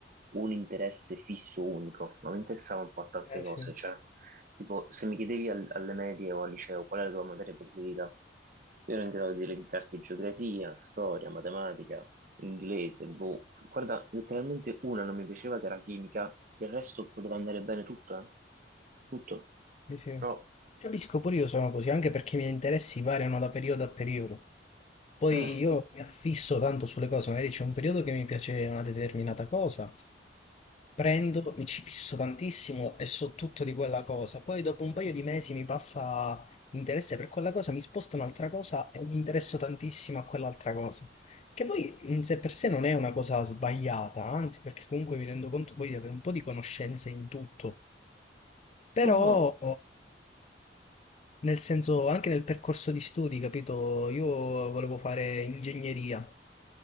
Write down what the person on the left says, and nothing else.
Eh
sì.
Sì, sì.
Capisco, pure io sono così, anche perché i miei interessi variano da periodo a periodo. Poi
io mi affisso tanto sulle cose, magari c'è un periodo che mi piace una determinata cosa, prendo, mi ci fisso tantissimo e so tutto di quella cosa. Poi dopo un paio di mesi mi passa interesse per quella cosa, mi sposto un'altra cosa e mi interesso tantissimo a quell'altra cosa. Che poi in sé per sé non è una cosa sbagliata, anzi, perché comunque mi rendo conto poi di avere un po' di conoscenze in tutto. Però,
nel senso, anche nel percorso di studi, capito? Io volevo fare ingegneria.